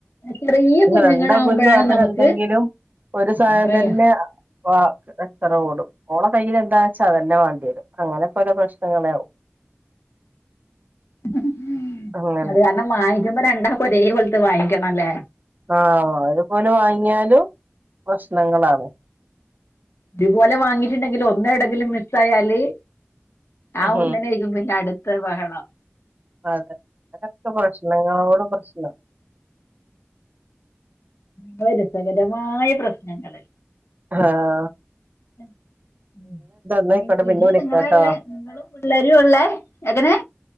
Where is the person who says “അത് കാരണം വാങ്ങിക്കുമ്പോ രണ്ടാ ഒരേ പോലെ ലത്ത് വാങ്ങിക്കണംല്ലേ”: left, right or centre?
Left